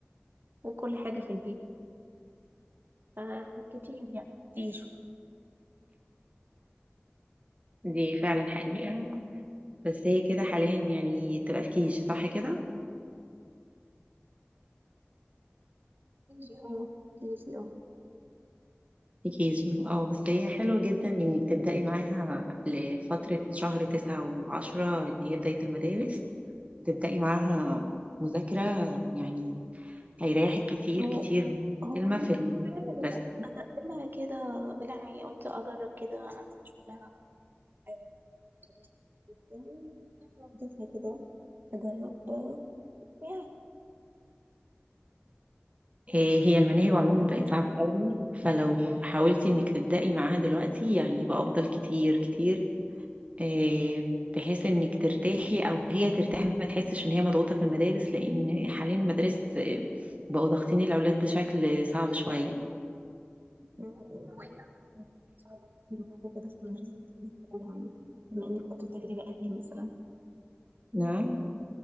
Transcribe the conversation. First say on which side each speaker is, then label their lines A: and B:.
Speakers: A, on the right (about 55°); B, on the right (about 30°).
A: وكل حاجة في البيت فكتير يعني كتير
B: دي فعلا حقيقة بس هي كده حاليا يعني تبقى في كيجي صح كده
A: كتير اه كتير اه
B: كيجي اه بس هي حلو جدا انك تبدأي معاها قبل فترة شهر تسعة وعشرة اللي هي بداية المدارس تبدأي معاها مذاكرة يعني هيريحك كتير
A: هو
B: كتير بمعنى
A: هو
B: كلمة
A: أنا
B: في
A: بالفعل
B: المدرسة
A: بدأ- بدأت لها كده يعني قلت أجرب كده أنزل أشوف لها آه، طريقة وبتاع. وديتها كده أجرب آه، ويعني
B: إيه هي المناهج عموما
A: بدرس
B: بقت صعبة قوي فلو حاولتي انك تبدأي معاها دلوقتي يعني يبقى افضل كتير كتير إيه بحيث انك ترتاحي او هي ترتاح ما تحسش ان هي مضغوطة في المدارس لان حاليا المدارس إيه، بقوا ضاغطين الاولاد بشكل صعب شوية
A: وهي صعبة كده في المدرسة بتبقى بما انك خدت التجربة قبلي مثلا
B: نعم